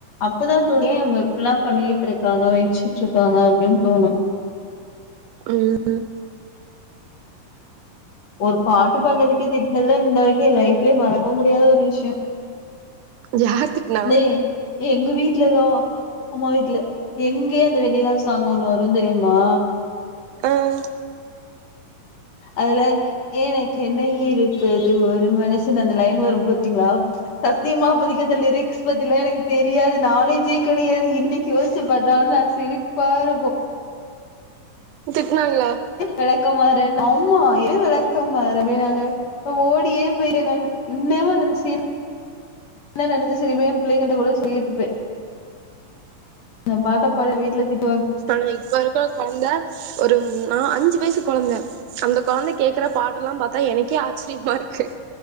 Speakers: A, on the left; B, on the right.
A: அப்பதா தோணு ஏன் இவுங்க இப்டிலா பண்ணிட்டுருக்காங்க வச்சிட்ருக்காங்க அப்டின்னு தோணு
B: ம் ம்
A: ஒரு பாட்டு பாடுனதுக்கே திட்னதல்லா இன்னவரைக்கு என் லைஃப்லயே மறக்க முடியாத ஒரு விஷயோ
B: யாரு திட்டுனா
A: டேய் எங்க வீட்டு்லதான் அம்மா வீட்டுல எங்கே அந்த வெணணிலா சாங்கோன்னனு வரும் தெரியுமா
B: ஆஹ்
A: அதுல எனக்கு என்ன இருப்பது ஒரு மனசுனு அந்த லைன் வரும் பார்த்தீங்களா சத்தியமா அப்பதிக்கு அந்த லிரிக்ஸ் பத்தியெல்லாம் எனக்கு தெரியாது தெரியாது நாலேஜேயே கெடையாது இன்னைக்கு யோசித்துபார்த்தாலும் நான் சிரிப்பா இருக்கும்
B: திட்டனாங்களா
A: விளக்கமாறன் ஆமா எடு விளக்கமாரு அப்டினாங்க நான் ஓடியே போய்டேன் நானு இன்னமும் என்ன நடந்ததுனு சிரி புள்ளலைங்ககிட்ட ட்டு பாட்ட பாடிய வீட்டுல த
B: ஆனா இப்பவரைக்கும் அந்த ஒரு நால் அஞ்சு வயசு கொழந்த அந்த குழந்தை கேக்குற பாட்டெல்லாம் பார்த்தா எனக்கே ஆச்சரியமா இருக்கு